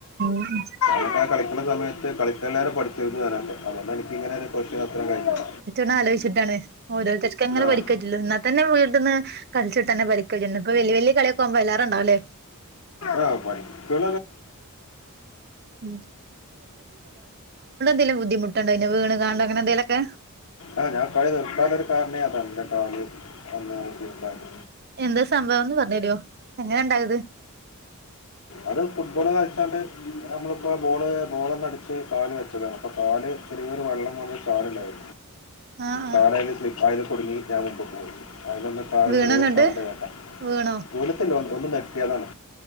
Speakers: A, on the right; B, on the left.
A: ഉം
B: ഞക്ക് ആ കളിക്കുന്ന സമയത്ത് കളിക്ക എല്ലരും പഠിച്ചിരുന്നു വാനട്ടെ അതുകൊണ്ട് എനക്ക് ഇങ്ങനെ ഒരു പൊസിഷൻ എത്താൻ കഴിഞ്ഞത്
A: ണം ആലോചിച്ചിട്ടാണ് ഓരോത്തർക്കും അങ്ങനെ പരിക്കറ്റില്ലോ
B: ആ
A: എന്നാൽ തന്നെ വീട്ടിൽന്ന് കളിച്ചിട്ട തന്നെ പരിക്ക വിരുന്നുപ്പ വലിയലിയ കളൊക്കെുമ്പോ എല്ലാരും ഉണ്ടാവുല്ലേ
B: ആഹ് പഠി <inaudible>
A: ഉം നല്ല ബുദ്ധിമു ഉണ്ടോന്നെ വീണ് കാണ്ടോങ്ങനെ എന്തേലൊക്കെ
B: ആഹ് ഞാൻ കളി നിർത്താൻ ഒരു കാരണമാ അത് ആണ് ന്റെ കാല് അന്ന് ശരിക്കാണ്
A: എന്താ സംഭവം ന്ന് പറഞ്ഞ് തരോ എങ്ങനെ ഉണ്ടായത്
B: അത് ഫുട്ബോള് കളിച്ചാണ്ട് നമ്മളിപ്പോ ബോള് ബോളന്ന് അടിച്ച് കാല് വെച്ചതാണ് അപ്പൊ കാല് ചെറിയരു വെള്ളം പോഞ്ഞൽ കാലില്ലായിരുന്നു
A: <inaudible> ആഹ്
B: കാലയിൽ സ്ലിപ്പ് അയിൽ കുടുങ്ങി ഞാൻ മുമ്പക് പോയി അതിനൊന്ന കാലിന്
A: വീണോ
B: ചെറിയൊരു
A: എന്നിട്ട്
B: സൗണ്ട് കേട്ട
A: വീണോ
B: <unintelligible> ഒന്ന് ഞെട്ടിയതാണ്